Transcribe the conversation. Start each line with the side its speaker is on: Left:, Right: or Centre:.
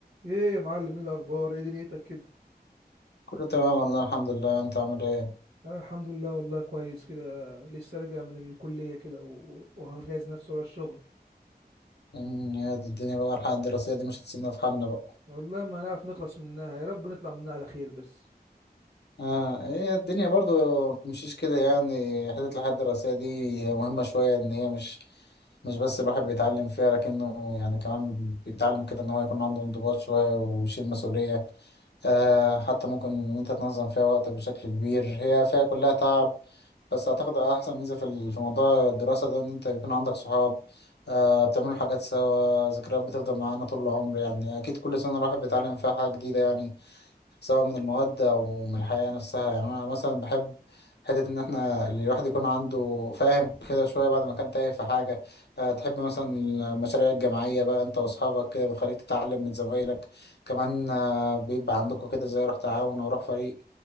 Right: ايه يا معلم ايه الاخبار ايه دنيتك كده
Left: كله تمام والله الحمد لله انت عامل ايه <laughs>
Right: انا الحمد لله والله كويس كده لسه راجع من الكليه كده و- وهجهز نفسي ورا الشغل
Left: أمم، يا دي الدنيا بقى الحياة الدراسية دي مش هتسيبنا في حالنا بقى
Right: والله ما هنعرف نخلص منها يا رب نطلع منها على خير بس
Left: اه هي الدنيا برضو ما بتمشيش كده يعني حتة الحياة الدراسية دي هي مهمة شوية ان هي مش مش بس الواحد بيتعلم فيها لكنه يعني كمان بيتعلم كده ان هو يكون عنده انضباط شوية ويشيل مسؤولية آه حتى ممكن ان انت تنظم فيها وقتك بشكل كبير هي فيها كلها تعب بس اعتقد احسن ميزة في ال- في موضوع الدراسة ده ان انت بيكون عندك صحاب آه بتعملوا حاجات سوا ذكريات بتفضل معانا طول العمر يعني اكيد كل سنة الواحد بيتعلم فيها حاجة جديدة يعني سواء من المواد أو من الحياة نفسها يعني أنا مثلا بحب حتة إن إحنا الواحد يكون عنده فاهم كده شوية بعد ما كان تايه في حاجة أه تحب مثلا المشاريع الجماعية بقى أنت وأصحابك كده بتخليك تتعلم من زمايلك كمان أه بيبقى عندكم كده زي روح تعاون أو روح فريق